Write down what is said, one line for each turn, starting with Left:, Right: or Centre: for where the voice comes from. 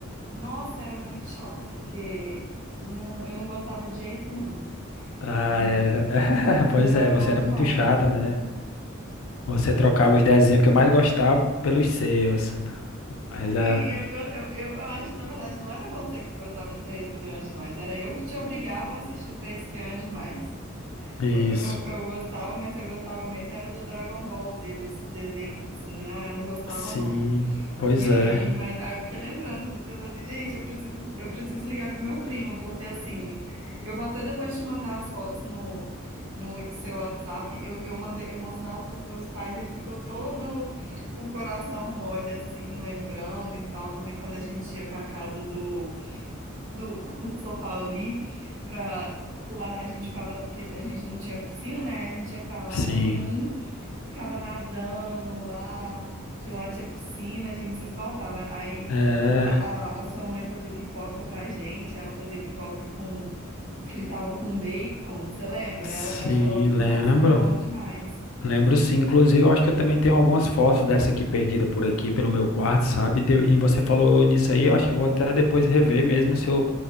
Right: Nossa, era muito chato, porque não, eu não gostava de jeito nenhum.
Left: Ah,
Right: Hum,
Left: era. <laughs>
Right: Mas
Left: Pois
Right: era
Left: é, você
Right: bom
Left: era
Right: demais.
Left: muito chata,
Right: Ah,
Left: né? Você trocava os desenhos que eu mais gostava pelos seus. Mas é.
Right: sim, eu, go- eu, eu eu acho que na verdade não era você que gostava de Três Espiãs Demais. Era eu que te obrigava a assistir Três Espiãs Demais.
Left: Isso.
Right: Eu, eu, eu gostava, mas você gostava mesmo, era do Dragon Ball Z, desses desenhos assim. Ah, eu não gostava,
Left: Sim.
Right: não.
Left: Pois
Right: E aí,
Left: é.
Right: mas aí eu fiquei lembrando disso, eu falei assim, gente, eu preciso, eu preciso ligar pro meu primo, porque assim, eu vou até depois te mandar as fotos no, no seu WhatsApp. Eu, eu mandei, eu mostrei ela pros meus pais, ele ficou todo com o coração mole, assim, lembrando e tal, também quando a gente ia pra casa do do <laughs> São Paulo ali pra pular. A gente ficava, que a gente não tinha piscina, né? A gente ia pra lá,
Left: Sim.
Right: todo mundo ficava nadando lá, que lá tinha piscina, a gente se esbaldava. Aí
Left: É.
Right: o- a, a a sua mãe fazia pipoca pra gente, ela fazia pipoca com, fritava com bacon, você lembra?
Left: Sim,
Right: Ela, acho que ela,
Left: lembro.
Right: nossa, era bom demais.
Left: Lembro sim. Inclusive, eu acho que eu também tenho algumas fotos dessa aqui perdida por aqui, pelo meu quarto, sabe? Deu- E você falou nisso aí, eu acho que eu vou até depois rever mesmo se eu,